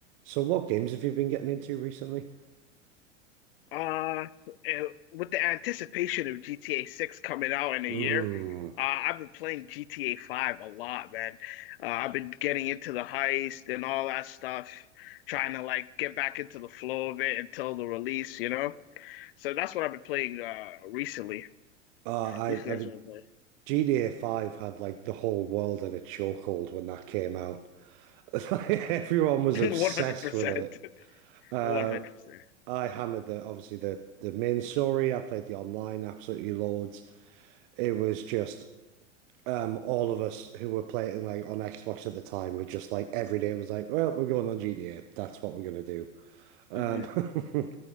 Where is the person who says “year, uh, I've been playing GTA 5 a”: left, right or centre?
Left